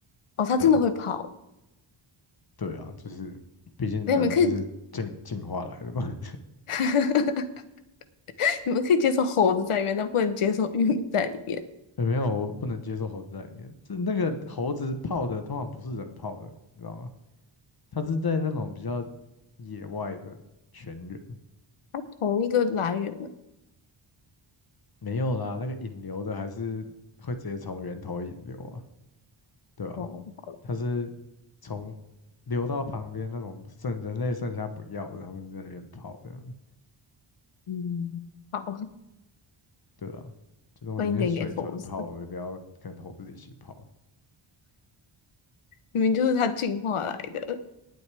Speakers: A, on the left; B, on the left.
A: 哦，它真的会跑。
B: 对啊，对啊，就是毕竟人是进进化来的嘛。
A: 那你们可以。<laughs> 你们可以接受猴子在里面，但不能接受玉米在里面，
B: 欸没有，我不能接受猴子在里面。这那个猴子泡的通常不是人泡的，你知道吗？它是在那种比较野外的泉源，
A: 它同一个来源的。
B: 没有啦，那个引流的还是会直接从源头引流啊，对吧、
A: 哦，好了，
B: 它是从流到旁边那种剩人类剩下不要的，他们在那边泡这样
A: 嗯，好，
B: 对啊？就是我宁愿水豚泡，
A: 分一点给猴子，
B: 我也不要跟猴子一起泡。
A: 明明就是它进化来的，